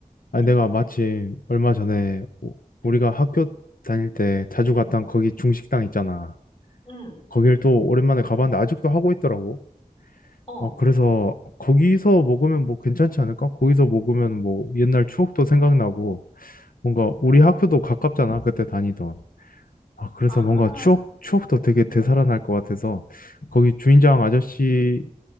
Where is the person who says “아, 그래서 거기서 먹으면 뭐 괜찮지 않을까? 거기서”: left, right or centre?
Left